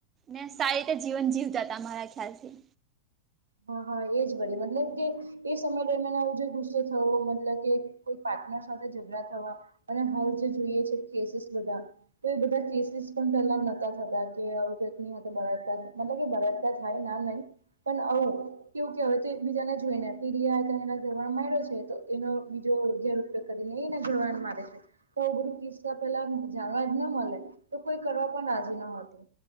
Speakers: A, on the right (about 25°); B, on the right (about 75°).
A: ને સારી રીતે જીવન જીવતા હતા મારા ખ્યાલથી.
B: હા હા એજ ભઈ મતલબ કે એ સમય તો એને આવું જો ગુસ્સો થવો મતલબ કે કોઈ પાર્ટનર સાથે ઝઘડા થવા અને હવ જે જોઈએ છે કેસીસ બધા તો એ બધા કેસીસ પણ પેલા નતા કે આવુંટ ભરાતા મતલબ કે ભરાતા થાય ના નહી પણ અવુ એવું કવાય તો એક બીજાને જોઈ ને એ ઘર માડ્યો છે તો એનો બીજો અગયારયોગ કરીને એને ઘરવાન મારે છે. તો આવું બધું કિસ્સા પેલા જાણવા જ ના મળે તો કોઈ કરવા પણ રાજી ન હતું.